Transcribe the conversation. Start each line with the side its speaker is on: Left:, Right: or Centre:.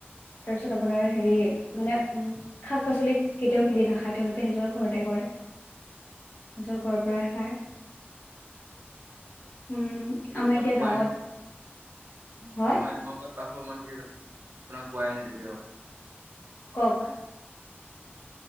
Left: তাৰ পিছত আপোনাৰ হেৰি, মানে উম্ শাক পাচলি কেতিয়াও কিনি নাখায় তেওঁলোকে নিজৰ ঘৰতে কৰে।
Right: উ <unintelligible>
Left: নিজৰ ঘৰৰ পৰাহে খায়।
Right: <unintelligible>
Left: উম্,
Right: মইতো
Left: আমাৰ
Right: মইতো
Left: এতিয়া
Right: কোৱাই
Left: গাঁৱত।
Right: নাই
Left: হয়
Right: অ' মই, মই ক'ত বাস কৰো, মই চাগে আপোনাক কোৱাই নাই কেতিয়াও।
Left: ক'ক